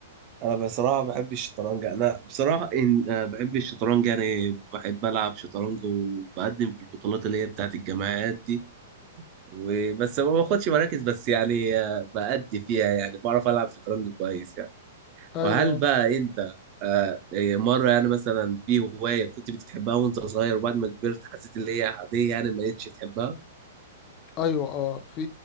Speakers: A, on the right; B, on the left.
A: انا بصراحه بحب الشطرنج انا بصراحه إن آه، بحب الشطرنج يعني بحب العب شطرنج وبقدم في البطولات اللي هي بتاعت الجامعات دي وبس ما باخدش مراكز بس يعني آه، بأدي فيها يعني بعرف العب شطرنج كويس يعني
B: ايوه
A: وهل بقى انت آه، إيه، مره يعني مثلا في هوايه كنت بتحبها وانت صغير وبعد ما كبرت حسيت ان هي عاديه يعني ما بقتش تحبها
B: ايوه اه في